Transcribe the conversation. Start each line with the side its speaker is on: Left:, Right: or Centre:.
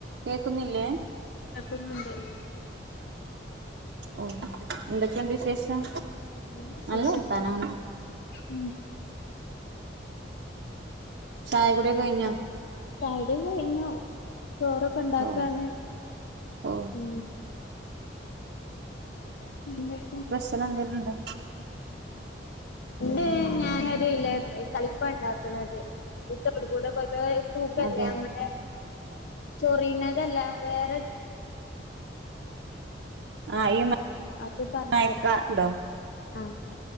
Right: കേക്കുന്നില്ലേ
Left: ആക്കുന്നുണ്ടായി.
Right: ഓ എന്തൊക്കെയുണ്ട് വിശേഷം?
Left: നല്ല വിശേഷം
Right: അല്ലോ താന
Left: ഉം
Right: ചായ കുടി ഒകെ കഴിഞ്ഞ?
Left: ചായ കുടി ഒകെ കഴിഞ്ഞു, ചോറ് ക്ക ഉണ്ടാക്കാണ്
Right: ഓ ഓ
Left: ഉ എന്തക്കെ?
Right: ചില എന്തങ്കലുംണ്ടണ്ട്
Left: ഉ ഞാനല തളിപ്പ ഉണ്ടാക്കണത് ഈ തൊട കൂടെ പോ തൂക്കല്ലേ
Right: അതെ
Left: നമ്മടെ ചൊറുന്നതല്ല വേറെ
Right: ആ ഈ
Left: അത് പറിച്ച
Right: മയക്കാ ഉണ്ടോ
Left: ആഹ